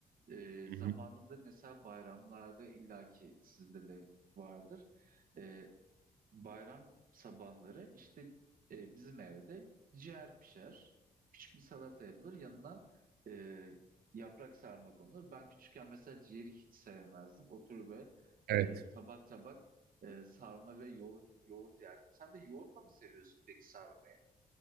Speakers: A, on the right (about 65°); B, on the right (about 80°).
A: E,
B: Hı
A: zamanında
B: hı.
A: mesela bayramlarda illaki sizde de vardır. E, bayram sabahları işte e, bizim evde ciğer pişer. Küçük bir salata yapılır. Yanına e, yaprak sarma konulur. Ben küçükken mesela ciğeri hiç sevmezdim. Oturur ve
B: Evet,
A: tabak tabak e, sarma ve yoğurt, yoğurt yerdim. Sen de yoğurtla mı seviyorsun peki sarmayı?